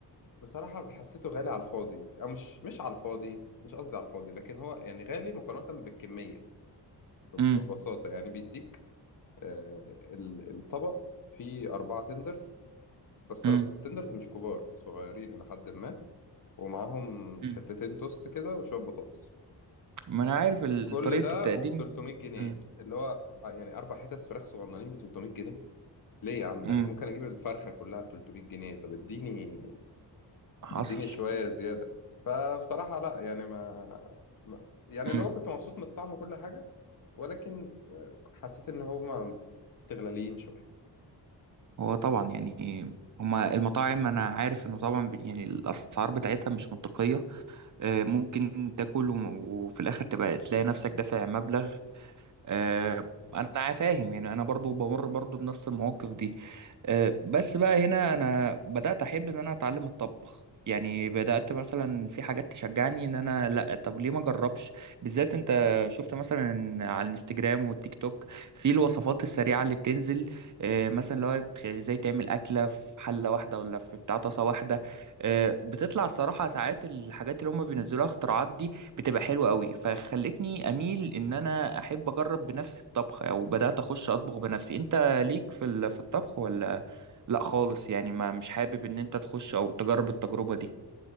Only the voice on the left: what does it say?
بصراحة حسيته غالي على الفاضي أو مش مش على الفاضي مش قصدي على الفاضي لكن هو يعني غالي مقارنة بالكمية ب-
ببساطة يعني بيديك آه، ال- الطبق فيه أربعة تندرز بس
أر- تندرز مش كبار صغيرين إلى حد ما ومعاهم
حتتين توست كده وشوية بطاطس
كل
ده
وب 300 جنيه
اللي هو آه، يعني أربع حتت فراخ صغننين ب 300 جنيه ليه يا عم
ده أنا ممكن أجيب الفرخة كلها ب 300 جنيه طب اديني
اديني شوية زيادة فبصراحة لا يعني ما ما- يعني
اللي هو كنت مبسوط من الطعم وكل حاجة ولكن آه، حسيت إن هما استغلاليين شوية